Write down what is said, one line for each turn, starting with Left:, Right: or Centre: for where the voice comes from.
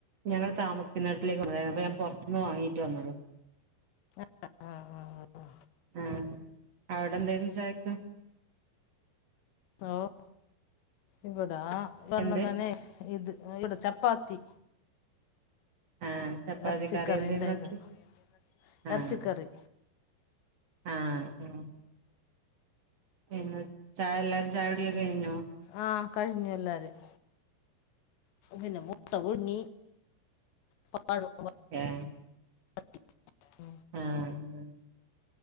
Right: ഞങ്ങള് താമസിക്കുന്ന വീട്ടിലേക്ക് വന്നതായിരുന്നു അപ്പ ഞാൻ പൊറത്തുന്ന് വാങ്ങിട്ട് വന്നത്
Left: ആഹ് ആഹ്
Right: ആഹ് അവിടെ എഎന്തായിരുന്നു ചായക്ക്?
Left: ഓഹ് ഇവിടാ വരെണം
Right: എന്ത്
Left: തന്നെ ഇത് ഇവിടെ ചപ്പാത്തി
Right: ആഹ് ചപ്പാത്തി
Left: എർച്ചിക്കറി
Right: കറി എന്തേരുന്നു
Left: ഇണ്ടായിരുന്നു
Right: ആക്കി ആഹ്
Left: എർച്ചിക്കറി
Right: ആഹ് ആഹ് പിന്നെ ചായ എല്ലാരും ചായുടിയൊക്കെ കഴിഞ്ഞോ?
Left: ആഹ് കഴിഞ്ഞു എല്ലാരേം പിന്നെ മുട്ട പുഴുങ്ങി പഴവും വാട്ടി
Right: ഏഹ്
Left: പ <unintelligible>
Right: ആഹ് ആഹ്